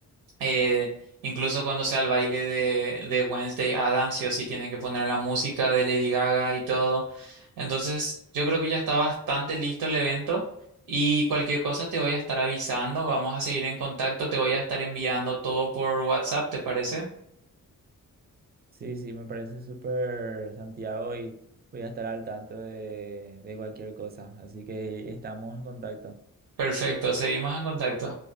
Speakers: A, on the right; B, on the right.
A: Eh, incluso cuando sea el baile de, de Wednesday Adams, sí o sí tienen que poner la música de Lady Gaga y todo. Entonces, yo creo que ya está bastante listo el evento y cualquier cosa te voy a estar avisando. Vamos a seguir en contacto, te voy a estar enviando todo por WhatsApp, ¿te parece?
B: Sí, sí, me parece súper, Santiago, y voy a estar al tanto de, de cualquier cosa. Así que estamos en contacto.
A: Perfecto, seguimos en contacto.